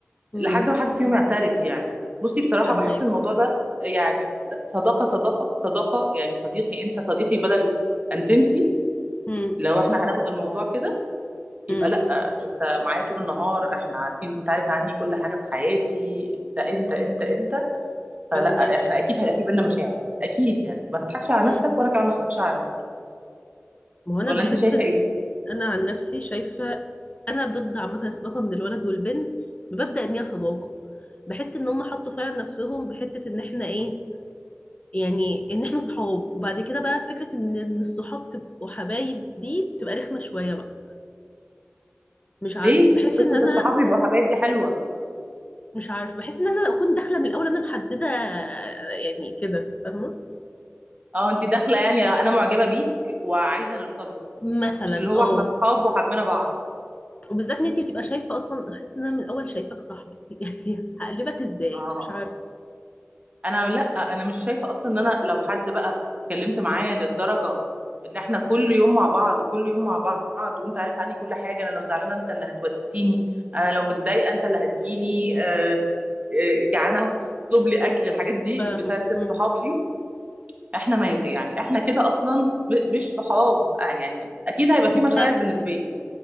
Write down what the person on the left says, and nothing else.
امم
فاهماكي
امم
امم
فاهماكي
امم
ما هو انا
بحس
ان
انا عن نفسي شايفة انا ضد عامة الصداقة من الولد والبنت بمبدأ ان هي صداقة بحس ان هم حطوا فعلا نفسهم بحتة ان احنا ايه يعني ان احنا صحاب وبعد كده بقى فكرة ان إن الصحاب تبقوا حبايب دي بتبقى رخمة شوية بقى مش عارف
بحس
ان انا
مش عارف بحس ان انا لو كنت داخلة من الاول انا محددة يعني كده فاهمة
مثلا
اه
وبالذات ان انت بتبقى شايفة اصلا احس ان انا من الاول شايفاك صاحبي <laughs> يعني هقلبك ازاي
مش عارف
فاهم
مم.
بالظبط